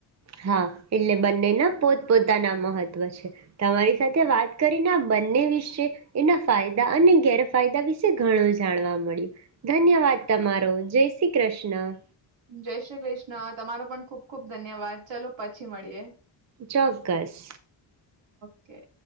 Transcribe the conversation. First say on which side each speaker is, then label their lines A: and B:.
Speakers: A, on the right; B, on the right.
A: હા એટલે બંનેના પોતપોતાના મહત્વ છે. તમારી સાથે
B: હા
A: વાત કરીને બંને વિશે એના ફાયદા અને ગેરફાયદા વિશે ઘણું જાણવા મળ્યું. ધન્યવાદ તમારો
B: હા
A: જય શ્રી કૃષ્ણ.
B: જય શ્રી કૃષ્ણ તમારો પણ ખુબ ખુબ ધન્યવાદ ચાલો પછી મળીએ.
A: ચોક્કસ.
B: ઓકે.